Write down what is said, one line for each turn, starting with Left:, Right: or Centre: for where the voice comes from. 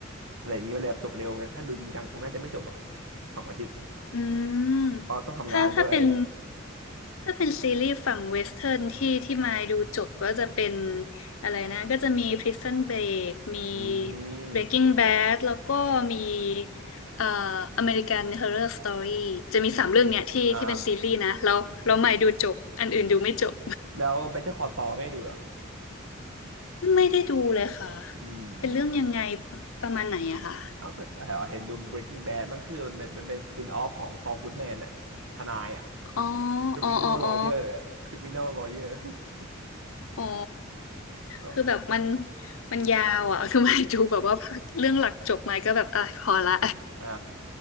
Right: อะไรอย่างงี้ไปเลยแบบจบเร็วไงถ้าดูจริงจังคงน่าจะไม่จบแบบสองอาทิตย์
Left: อืมถ้าถ้าเป็น
Right: เพราะต้องทำงานด้วย
Left: ถ้าเป็นซีรีส์ฝั่งเวสเทิร์นที่ที่มายดูจบก็จะเป็นอะไรนะก็จะมี Prison Break มี
Right: อืม
Left: Breaking Bad แล้วก็มีเอ่อ American Horror Story จะมีสามเรื่องเนี่ยที่ที่เป็นซีรีส์นะแล้วรามายดูจบอันอื่นดูไม่จบ
Right: อ่าแล้ว Better Call Saul ไม่ได้ดูเหรอ
Left: <laughs> ไม่ได้ดูเลยค่ะ
Right: อืม
Left: เป็นเรื่องยังไงประมาณไหนอะคะ
Right: เอาก็เห็นดู Breaking Bad มันคือมันเป็นมันเป็นสปินออฟของ Saul Goodman อะทนายอะ
Left: อ๋อ
Right: Criminal
Left: อ๋ออ๋ออ๋อ
Right: Lawyer อะ Criminal Lawyer <laughs>
Left: อ๋อ
Right: เนาะ
Left: คือแบบมันมันยาวอ่ะ <laughs> คือไม่ดูแบบว่าเรื่องหลักจบไหมาก็แบบอ่ะพอละ
Right: อ่า